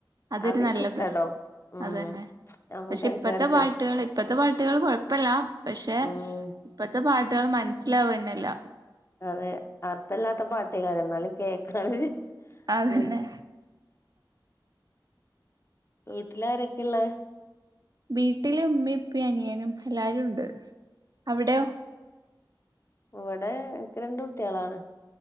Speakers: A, on the right; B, on the left.
A: അതൊരു
B: അതെനിക്കിഷ്ടാട്ടോ
A: നല്ലത്
B: ഉം
A: അതന്നെ
B: നമുക്ക്
A: പക്ഷെ
B: ടെൻഷൻ
A: ഇപ്പത്തെ
B: അടിക്ക
A: പാട്ടുകള് ഇപ്പത്തെ പാട്ടുകള് കൊഴപ്പല്ല പക്ഷെ
B: ഉം
A: ഇപ്പത്തെ പാട്ടുകള് മനസ്സിലാവന്നെല്ല
B: അതെ അർഥല്ലാത്ത പാട്ടേക്കാരം ഇന്നാലും കേക്കാന് ഒര്ത്.
A: അതന്നെ
B: വീട്ടിലാരൊക്കെയ്ള്ളെ
A: വീട്ടില് ഇമ്മി ഇപ്പിമ് അനിയനും എല്ലാരുണ്ട്. അവിടെയോ
B: ഇവടെ എനിക്ക് രണ്ട് കുട്ടിയേളാണ്.